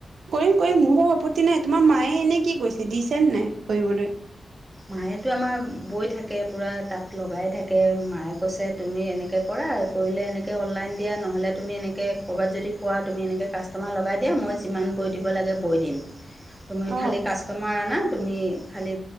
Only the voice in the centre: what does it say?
মায়েতো আমাৰ বৈ থাকে পুৰা তাত লগাই থাকে মায়ে কৈছে তুমি এনেকে কৰা কৰিলে এনেকে অনলাইন দিয়া নহ'লে তুমি এনেকে ক'ৰবাত যদি পোৱা তুমি এনেকে কাষ্টমাৰ লগাই দিয়া মই যিমান বৈ দিব লাগে বৈ দিম তুমি খালী
কাষ্টমাৰ আনা তুমি খালী